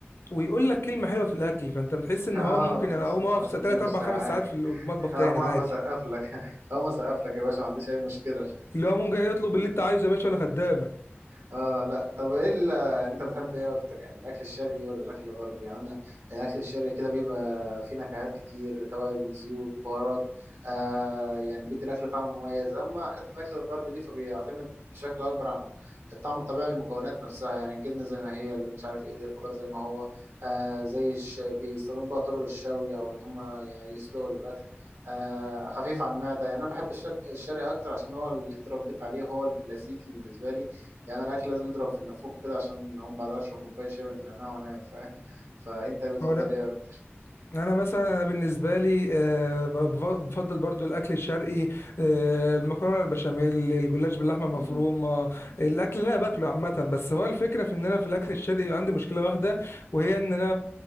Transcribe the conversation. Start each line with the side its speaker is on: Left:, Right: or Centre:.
Left: ويقول لك كلمه حلوه في الاكل فانت بتحس ان
Right: اه
Left: هو ممكن
Right: تحس
Left: انا اقوم
Right: خلاص
Left: اقف
Right: الدنيا
Left: 3
Right: مش
Left: 4
Right: سايعاك
Left: 5 ساعات في المطبخ
Right: <laughs> هقوم
Left: تاني
Right: اقف
Left: عادي
Right: اسقف لك هقوم اسقف لك يا باشا ما عنديش اي مشكله
Left: اللي هو ممكن يطلب اللي انت عايزه يا باشا وانا خدامك
Right: اه لا طب ايه ال- آه، انت بتحب ايه اكتر يعني الاكل الشرقي ولا الاكل الغربي يعني انا الاكل الشرقي كده بيبقى فيه نكهات كتير توابل زيوت بهارات آه يعني بيدي الاكل طعم مميز اما حته الاكل الغربي دي فبيعتمد بشكل اكبر عن الطعم الطبيعي للمكونات نفسها يعني الجبنه زي ما هي اللي مش عارف ايه الخضار زي ما هو آه زي الش... بيستخدموا بقى طرق الشوي او ان هم يعني يسلقوا الاكل آه خفيف على المعده يعني انا بحب الشك... الشرقي اكتر عشان هو اللي <laughs> اتربيت عليه هو الكلاسيكي بالنسبه لي يعني الاكل لازم يضرب في النافوخ كده عشان اقوم بعد اشرب كوبايه شاي بالنعناع وانام فاهم <laughs> فانت بتفضل
Left: هو انا
Right: ايه اكتر
Left: انا مثلا أنا بالنسبه لي آه، بف- بفضل برضو الاكل الشرقي آه، المكرونه البشاميل الجلاش باللحمه المفرومه
Right: امم
Left: الاكل اللي انا باكله عامه بس هو الفكره في ان انا في الاكل الشرقي عندي مشكله واحده وهي ان انا